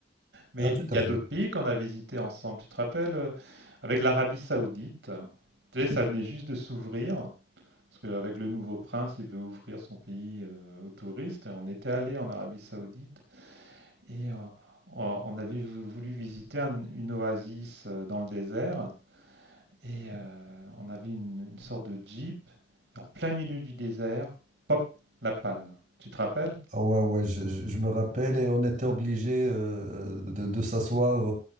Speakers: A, on the right; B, on the right.
A: Mais
B: Ah,
A: il
B: tout à
A: y
B: fait.
A: a d'autres pays qu'on a visités ensemble. Tu te rappelles, euh, avec l'Arabie Saoudite, tu sais, ça venait juste de s'ouvrir. Parce qu'avec le nouveau prince, il veut ouvrir son pays euh, aux touristes. Et on était allé en Arabie Saoudite et euh, on avait voulu visiter un- une oasis euh, dans le désert. Et euh, on avait une, une sorte de jeep. Et en plein milieu du désert, pop, la panne. Tu te rappelles?
B: Ah ouais, ouais, je, je- je me rappelle, et on était obligé euh, de, de s'asseoir